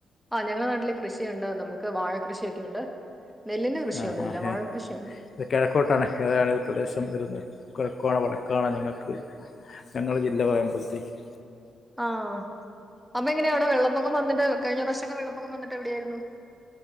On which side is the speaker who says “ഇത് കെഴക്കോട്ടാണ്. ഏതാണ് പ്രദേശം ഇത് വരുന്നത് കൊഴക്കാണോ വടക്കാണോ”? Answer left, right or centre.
Left